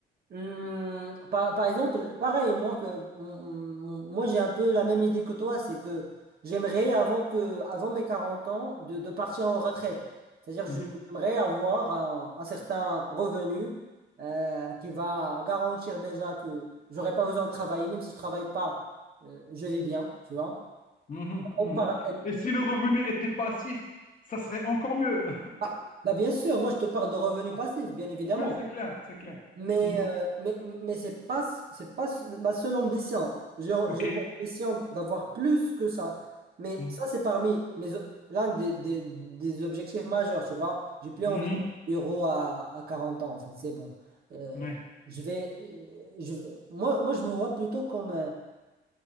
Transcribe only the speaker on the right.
Hum, par, par exemple, pareil, moi, que, mon- mon- moi j'ai un peu la même idée que toi, c'est que j'aimerais, avant, que, avant mes 40 ans, de, de partir en retraite. C'est-à-dire, je-
j'aimerais avoir un, un certain revenu euh, qui va garantir déjà que j'aurai pas besoin de travailler, même si je travaille pas, euh, je vis bien, tu vois.
On
par- euh,
euh,
ah, bah, bien sûr, moi je te parle de revenus
passifs, bien évidemment.
Mais,
euh, mais, mais c'est pas, c'est pas ma seule ambition. J'ai,
j'ai pour ambition d'avoir plus que ça. Mais
ça, c'est parmi mes, l'un des, des, des objectifs majeurs, tu vois. J'ai plus
envie d'être bureau à, à 40 ans, en fait. C'est bon. Euh,
je vais, euh, je, moi, moi, je me vois plutôt comme, euh,